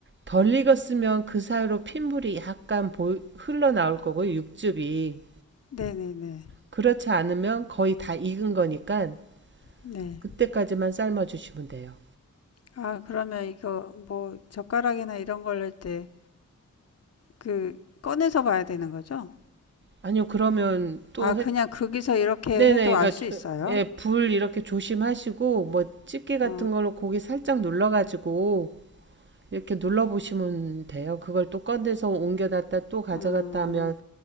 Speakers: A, on the right; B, on the left.
A: 덜 익었으면 그 사이로 핏물이 약간 보- 흘러나올 거고요, 육즙이.
B: 네, 네, 네,
A: 그렇지 않으면 거의 다 익은 거니까
B: 네.
A: 그때까지만 삶아주시면 돼요.
B: 아, 그러면 이거 뭐 젓가락이나 이런 걸 넣을 때 그 꺼내서 봐야 되는 거죠?
A: 아니요, 그러면 또
B: 아, 그냥
A: 해,
B: 거기서 이렇게
A: 네네,
B: 해도 알
A: 그러니까
B: 수
A: 조-
B: 있어요?
A: 예, 불 이렇게 조심하시고 뭐 집게 같은
B: 아,
A: 걸로 고기 살짝 눌러가지고 이렇게 눌러보시면 돼요. 그걸 또 꺼내서 옮겨놨다 또 가져갔다
B: 아,
A: 하면